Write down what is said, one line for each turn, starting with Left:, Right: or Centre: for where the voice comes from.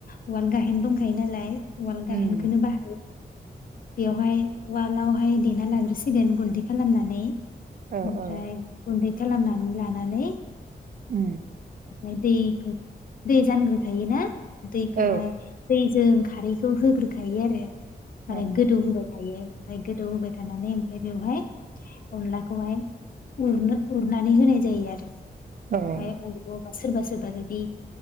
Left: उवाल गाहेन दंखायो नालाय। उवाल गाहेनखौनो
Right: उम
Left: बाहायो। बेवहाय उवालावहाय देना लाग्रोसिगोन गुन्दै खालामनानै। ओमफ्राय
Right: औ औ
Left: गनदै खालामनानै लानानै
Right: उ
Left: <unintelligible> दैखौ दे जानग्रोखायो ना दैखौ
Right: औ
Left: हाय दै जों खारैखौ होग्रोखायो आरो माने
Right: औ
Left: गोदौ होबाय थायो। ओमफ्राय गोदौ होबाय थानानै ओमफफ्राय बेवहाय अनला खौहाइ उरनो उरनानै होनाय जायो आरो मफ्राय
Right: औ
Left: <unintelligible> सोरबा सोरबा बादि